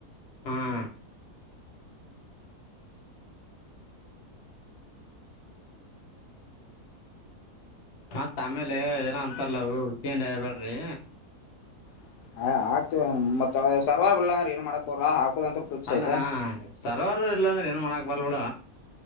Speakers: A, on the left; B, on the left.
A: ಹ್ಮ್ ಮತ್ ಆಮೇಲೆ ಏನ ಅಂತರ್ಲವು ಹಿಂಡ ಹಬ್ಯಾಡ್ರಿ.
B: ಹ. <unintelligible> ಏನ್ ಮಾಡಕ್ ಬರಲ್ಲ ಹಾಕೋದಂತ ಫಿಕ್ಸ್
A: ಅಲ್ಲ
B: ಐತೆ
A: ಹ ಸರ್ವರ್ ಇಲ್ಲ ಅಂದ್ರೆ ಏನ್ ಮಾಡಾಕ್ ಬರ್ಬಳ